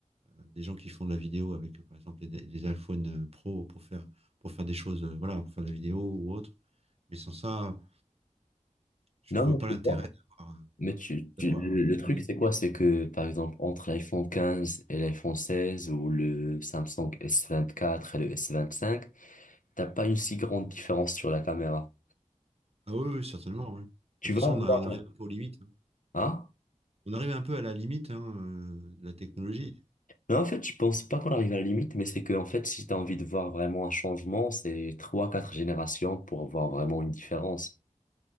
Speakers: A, on the right; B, on the left.
A: euh, des gens qui font de la vidéo avec, euh, par exemple, les, les iPhone euh, Pro pour faire, pour faire des choses, euh, voilà, pour faire de la vidéo ou autre. Mais sans ça, je
B: Non,
A: vois
B: mais
A: pas
B: tu
A: l'intérêt
B: vois,
A: d'avoir. euh,
B: mais tu, tu-
A: d'avoir
B: le le truc,
A: un-
B: c'est quoi? C'est que, par exemple, entre l'iPhone 15 et l'iPhone 16 ou le Samsung S24 et le S25, t'as pas une si grande différence sur la caméra.
A: Ah oui, oui, certainement. oui. De
B: Tu
A: toute
B: vas
A: façon, on, a-
B: voir,
A: on arrive un peu aux limites. hein.
B: hein?
A: On arrive un peu à la limite hein, euh, de la technologie.
B: Non, en fait, je pense pas qu'on arrive à la limite, mais c'est que, en fait, si t'as envie de voir vraiment un changement, c'est trois, quatre générations pour avoir vraiment une différence.